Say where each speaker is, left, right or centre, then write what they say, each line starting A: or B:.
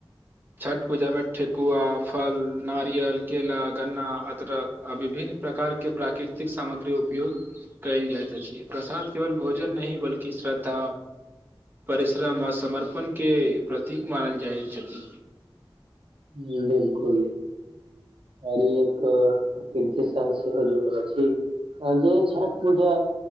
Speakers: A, on the right; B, on the right.
A: छठ पूजा मे ठेकुआ, फल, नारियल, केला, गन्ना, अदरक आ विभिन्न प्रकार के प्राकृतिक सामग्री उपयोग काएल जाएत अछि, प्रसाद केवल भोजन नहि बल्कि श्रद्धा, परिश्रम आ समर्पण के प्रतीक मानल जाएत छथि।
B: जी बिल्कुल। <unintelligible> आओर ई एक प्रकृति स सेहो जुड़ल अछि जे छठ पूजा